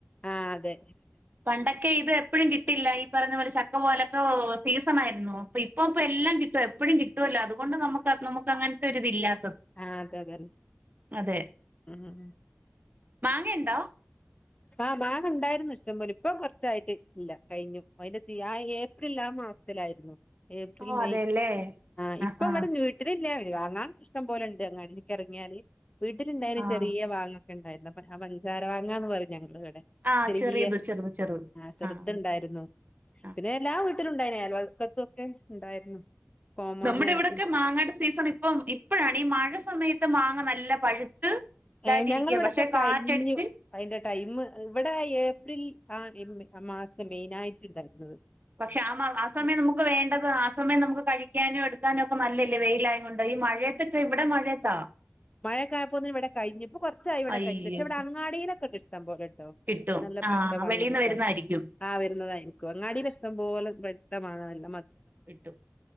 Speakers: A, on the left; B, on the right.
A: ആ അതെ.
B: പണ്ടൊക്കെ ഇത് എപ്പോഴും കിട്ടില്ല ഈ പറഞ്ഞ പോലെ ചക്ക പോലെയൊക്കെ സീസൺ ആയിരുന്നു. അപ്പ ഇപ്പ ഇപ്പൊ എല്ലാം കിട്ടും. എപ്പോഴും കിട്ടുമല്ലോ അതുകൊണ്ട് നമക്ക് നമുക്ക് അങ്ങനത്തെ ഒരിതില്ലാ.
A: ആഹ് അതെ അതല്ലെ.
B: അതെ.
A: ഉം
B: മാങ്ങ ഉണ്ടോ?
A: ആഹ് മാങ്ങ ഉണ്ടായിരുന്നു. ഇഷ്ടംപോലെ ഇപ്പൊ കുറച്ചായിട്ട് ഇല്ല കഴിഞ്ഞു അതിന്റെ ആ ഏപ്രിൽ ആ മാസത്തിലായിരുന്നു ഏപ്രിൽ
B: ഓ
A: മെയ്
B: അതെല്ലേ
A: ആ ഇപ്പ
B: ആഹാ
A: ഇവിടെ വീട്ടിലില്ല. വാങ്ങാൻ ഇഷ്ടം പോലെ ഉണ്ട് അങ്ങ എനിക്ക ഇറങ്ങിയാല് വീട്ടിലിണ്ടായും
B: ആഹ്
A: ചെറിയ മാങ്ങൊക്കെ ഉണ്ടായിരുന്നു. ആ പഞ്ചാര മാങ്ങാന്ന് പറയും ഞങ്ങള് കേ
B: ആഹ്
A: ചെറിയ
B: ചെറിയത് ചെറുത് ചെറുത്
A: ആ ചേർത്ണ്ടായിരുന്നു.
B: ആഹ് ആഹ്
A: പിന്നെ എല്ലാ വീ ഉണ്ടായിനല്ലോകത്തൊക്കെ ഉണ്ടായിരുന്നു. കോമാങ്ങായിട്ട്
B: നമ്മുടെ ഇവിടെയൊക്കെ മാങ്ങായുടെ സീസൺ ഇപ്പം ഇപ്പോഴാണ് ഈ മഴ സമയത്ത് മാങ്ങ നല്ല പഴുത്ത് ഇതായിട്ടിരിക്കുക
A: ഏ ഞങ്ങള ഇവിടെക്കെ
B: പക്ഷെ
A: കഴിഞ്ഞു.
B: കാറ്റടിച്ച്
A: അതിന്റെ ടൈം ഇവിടെ ഏപ്രിൽ ആ ആ മാസത്തെ മെയിനായിട്ടും ഉണ്ടാരുന്നത്.
B: പക്ഷെ ആ ആ സമയം നമുക്ക് വേണ്ടത് ആ സമയം നമുക്ക് കഴിക്കാനോ എടുക്കാനും ഒക്കെ നല്ല വെയിലായ കൊണ്ടോ ഈ മഴയത്തൊക്കെ ഇവിടെ മഴയത്താ.
A: മഴയക്ക ആയപ്പോത്തിന് ഇവിടെ കഴിഞ്ഞ് ഇപ്പോ കുറച്ചായി ഇവിടെ
B: അയ്യോ
A: കഴിട്ട് പക്ഷെ ഇവി അങ്ങാടീലോക്കെ ഇണ്ട് ഇഷ്ട്ടം പോലെ <unintelligible>
B: കിട്ടും
A: നല്ല പൊഴിത്താ
B: ആഹ്
A: മങ്ങ
B: വെളീന്ന്
A: കിട്ടാൻ
B: വരുന്നായിരിക്കും
A: ആ വരുന്നതായിരിക്കും അങ്ങാടിലിഷ്ടം പോലെ വക്തമാകല്ല.
B: ട്ടും